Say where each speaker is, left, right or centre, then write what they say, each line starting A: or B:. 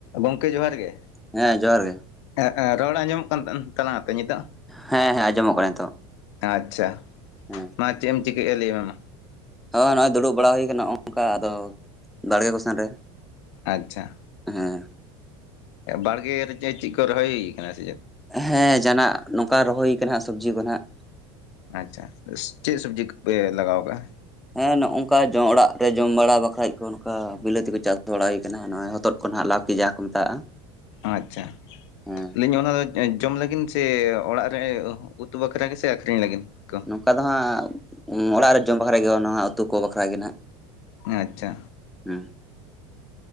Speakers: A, on the left; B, in the centre.
A: ᱜᱚᱝᱠᱮ ᱡᱚᱦᱟᱨ ᱜᱮ
B: ᱦᱮᱸ ᱡᱚᱦᱟᱨ ᱜᱮ
A: ᱦᱮᱸ ᱮ ᱨᱚᱲ ᱟᱸᱡᱚᱢᱚᱜ ᱠᱟᱱ ᱛᱟᱠᱟᱝᱟᱛᱚ ᱱᱤᱛᱚᱜ
B: ᱦᱮᱸ ᱦᱮᱸ ᱟᱸᱚᱢᱚᱜ ᱠᱟᱱᱟ ᱱᱤᱛᱚᱜ
A: ᱟᱪᱪᱷᱟ
B: ᱦᱩᱸ
A: <unintelligible> ᱪᱮᱫ ᱮᱢ ᱪᱤᱠᱟᱹᱭᱮᱜᱼᱟ ᱞᱮᱭ ᱢᱮ ᱢᱟ
B: ᱦᱳᱭ ᱱᱚᱜᱼᱚᱭ ᱫᱩᱲᱩᱵ ᱵᱟᱲᱟ ᱦᱳᱭ ᱠᱟᱱᱟ ᱱᱚᱜ ᱱᱚᱝᱠᱟ ᱟᱫᱚ ᱵᱟᱲᱜᱮ ᱠᱚᱥᱮᱱ ᱨᱮ
A: ᱟᱪᱪᱷᱟ
B: ᱦᱮᱸ
A: ᱵᱟᱲᱜᱮ ᱨᱮ ᱪᱮᱫ ᱪᱮᱫ ᱠᱚ ᱨᱚᱦᱚᱭ ᱦᱩᱭ ᱠᱟᱱᱟ ᱥᱮ ᱪᱮᱫ
B: ᱦᱮᱸ ᱡᱟᱦᱟᱱᱟᱜ ᱱᱚᱝᱠᱟ ᱨᱚᱦᱚᱭ ᱦᱩᱭᱩᱜ ᱠᱟᱱᱟ ᱥᱚᱵᱽᱡᱤ ᱠᱚ ᱱᱟᱜ
A: ᱟᱪᱪᱷᱟ ᱪᱮᱫ ᱥᱚᱵᱽᱡᱤ ᱠᱚᱯᱮ ᱞᱟᱜᱟᱣ ᱠᱟᱜᱼᱟ
B: ᱦᱮᱸ ᱱᱚᱜ ᱱᱚᱝᱠᱟ <unintelligible> ᱚᱲᱟᱜ ᱨᱮ ᱡᱚᱢ ᱵᱟᱲᱟ ᱵᱟᱠᱷᱟᱡ ᱠᱚ ᱱᱚᱝᱠᱟ ᱵᱤᱞᱟᱹᱛᱤ ᱠᱚ ᱪᱟᱥ ᱫᱚᱦᱟᱲ ᱦᱩᱭᱩᱜ ᱠᱟᱱᱟ ᱱᱚᱜᱼᱚᱭ ᱦᱚᱛᱚᱫ ᱠᱟ ᱱᱟᱜ ᱞᱟᱣᱠᱤ ᱡᱟᱦᱟ ᱠᱚ ᱢᱮᱛᱟᱜᱼᱟ
A: ᱟᱪᱪᱷᱟ
B: ᱦᱮᱸ
A: ᱞᱟᱹᱭᱟᱹᱧ ᱚᱱᱟ <unintelligible> ᱡᱚᱢ ᱞᱟᱹᱜᱤᱫ ᱥᱮ ᱚᱲᱟᱜ ᱨᱮ ᱩᱛᱩ ᱵᱟᱠᱷᱟᱨᱟ ᱜᱮᱥᱮ ᱟᱠᱷᱨᱤᱧ ᱞᱟᱹᱜᱤᱫ ᱠᱚ
B: ᱱᱚᱝᱠᱟ ᱫᱚ ᱦᱟᱸᱜ ᱚᱲᱟᱜ ᱨᱮ ᱡᱚᱢ ᱵᱟᱠᱷᱨᱟ ᱜᱮ ᱩᱛᱩ ᱠᱚ ᱵᱟᱠᱷᱨᱟ ᱜᱮ ᱱᱟᱜ
A: ᱟᱪᱪᱷᱟ
B: ᱦᱩᱸ